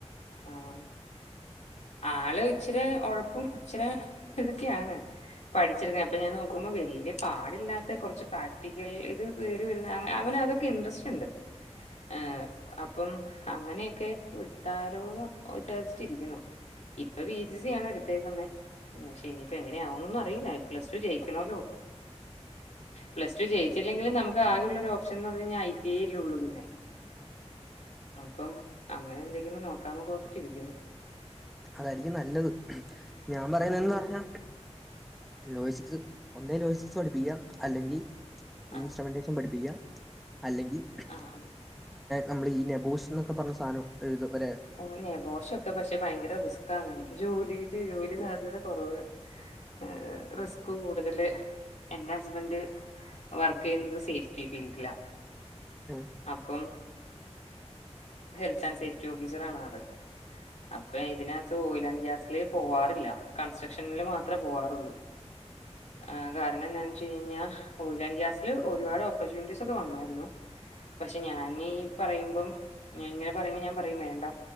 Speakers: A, on the left; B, in the centre.
A: ആ ആള് ഇച്ചിരി ഒഴപ്പും ഇച്ചിരി ഇതൊക്കെയാണ് പഠിച്ചെടുക്കാൻ അപ്പൊ ഞാൻ നോക്കുമ്പോ വല്യ പാടില്ലാത്ത കുറച്ച് പ്രാക്ടിക്കൽ ഇത് വരുന്ന അങ്ങനെ അവന് അതൊക്കെ ഇൻട്രസ്റ്റ് ഉണ്ട് ഏ അപ്പം അങ്ങനെയൊക്കെ വിട്ടാരോന്ന് വിചാരിച്ചിട്ടിരിക്കുന്നു. ഇപ്പൊ ബി എച്ച് സി ആണ് എടുത്തേക്കുന്നത് പക്ഷെ ഇനിയിപ്പോ എങ്ങനെയാവണന്നും അറിയില്ല പ്ലസ് ടു ജയിക്കണല്ലോ. പ്ലസ് ടു ചെയയിച്ചില്ലെങ്കിലിൽ നമുക്ക് ആകെയുള്ള ഓപ്ഷ- ന്ന് പറിഞ്ഞു കഴിന്ന ഐ ടി ഉള്ളു പിന്നെ അപ്പം അങ്ങനെ എന്തെങ്കിലും നോക്കാന്ന് ഓർത്തിട്ടിരിക്കുന്നു
B: അതായിരിക്കും നല്ലത് ഞാൻ പറയുന്നന്ന്
A: ഉം.
B: പറഞ്ഞ ലോജിസിക്സ് ഒന്നേ ലോജിസ്റ്റിക്സ് പഠിപ്പിക്കാം അല്ലെങ്കിൽ
A: ആഹ്.
B: ഇൻസ്ട്രുമെന്റേഷൻ പഠിപ്പിക്കാം അല്ലെങ്കിൽ
A: ആഹ്, ആഹ്.
B: നമ്മൾ ഈ നെബൂസ് എന്നൊക്കെ പറഞ്ഞ സാധനം ഒര്ത് ഏഹ്
A: ഓൻ നെബോഷൻ പക്ഷെ ത് ഭയങ്കര റിസ്ക് ആണേ ജോലിടെ ജോലി സാധ്യത കുറവ് ആ റിസ് കൂടുതല് എന്റെ ഹസ്ബന്ഡ് വർക്ക് ചെയ്യുന്നത് സേഫ്റ്റി ഫീൽഡിലാ.
B: ഉം
A: അപ്പം ഹെൽത്ത് ആൻഡ് സേഫ്റ്റി ഓഫീസറാണ് ആള് അപ്പൊ ഇതിനകത്ത് ഓയിൽ ആൻഡറ് ഗ്യാസില് പോവാറില്ല കൺസ്ട്രക്ഷനിൽ മാത്രമേ പോവാറുള്ളൂ. ആ കാരണം എന്താന്ന് വെച്ച് കഴിഞ്ഞ <unintelligible> ഗ്യാസില് ഒരുപാട് ഓപ്പർച്യൂണിറ്റീസ് ഒക്കെ വന്നായിരുന്നു. പക്ഷെ ഞാനീ പറയുമ്പം ഇങ്ങനെ പറയുമ്പോ ഞാൻ പറയും വേണ്ട